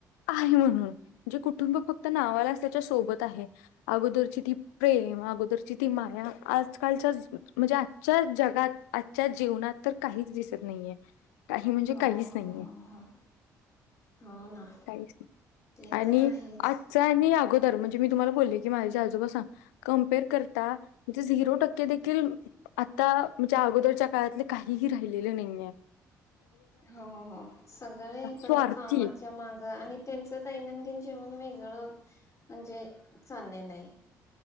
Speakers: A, on the left (about 75°); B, on the left (about 35°).
A: आहे म्हणून म्हणजे कुटुंब फक्त नावालाच त्याच्या सोबत आहे. अगोदरची ती प्रेम अगोदरची ती माया आजकालच्या म्हणजे आजच्या जगात आजच्या जीवनात तर काहीच दिसत नाहीये. काही म्हणजे
B: हो
A: काहीच
B: हो
A: नाही आहे
B: हो हो. हो ना
A: काहीच नाही
B: ते
A: आणि
B: तर आहेच.
A: आजचा आणि अगोद तर म्हणजे मी तुम्हाला बोलले की माझे आजोबा सांग कमपेअर करता म्हणजे झिरो टक्के देखील आता म्हणजे अगोदरच्या काळातले काहीही राहिलेले नाहीय.
B: हो हो सगळे
A: स्वार्थी
B: कामाच्या माग आणि त्यांचं दैनंदिन जीवन वेग ळ म्हणजे चालले नाही.